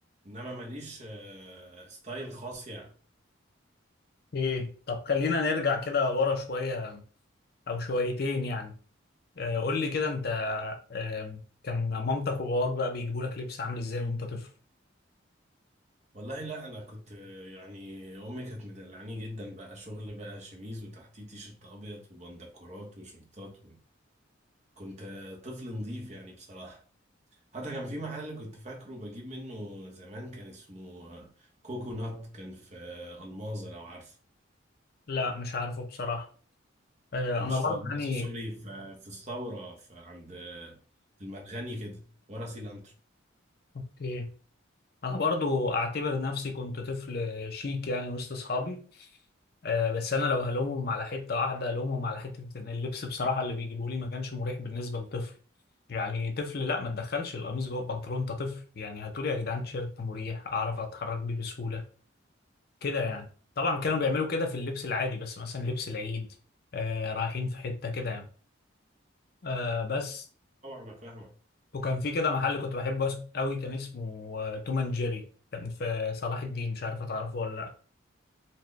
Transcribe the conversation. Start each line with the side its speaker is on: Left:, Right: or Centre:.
Right: انما ماليش آه، ستايل خاص يعني
Left: ايه طب خلينا نرجع كده ورا شويه او شويتين يعني آه قول لي كده انت آه كان مامتك وباباك بقى بيجيبوا لك لبس عامل ازاي وانت طفل؟
Right: والله لا انا كنت آه، يعني امي كانت مدلعاني جدا بقى شغل بقى شميز وتحتيه تيشيرت ابيض وبندكورات وشورتات و... كنت آه، طفل نظيف يعني بصراحة حتى كان في محل كنت فاكره بجيب منه زمان كان اسمه آه، كوكونات كان في آه، الماظة لو عارفه
Left: لا مش عارفه بصراحه آه
Right: مش
Left: انا برضه
Right: في النص
Left: يعني
Right: سوري في في الثوره في عند المرغني كده ورا سيلانترو
Left: اوكي انا برضو اعتبر نفسي كنت طفل شيك يعني وسط اصحابي آه، بس انا لو هلومهم على حته واحده هلومهم على حته ان اللبس بصراحه اللي بيجيبوه لي ما كانش مريح بالنسبه لطفل يعني طفل لا ما تدخلش القميص جوه البنطلون انت طفل يعني هاتولي يا جدعان تيشيرت مريح اعرف اتحرك بيه بسهوله كده يعني طبعا كانوا بيعملوا كده في اللبس العادي بس مثلا لبس العيد آه، رايحين في حته كده يعني آه، بس
Right: طبعا انا فاهمك
Left: وكان في كده محل كنت بحبه أس- قوي كان اسمه آه، توم اند جيري كان في صلاح الدين مش عارف هتعرفه ولا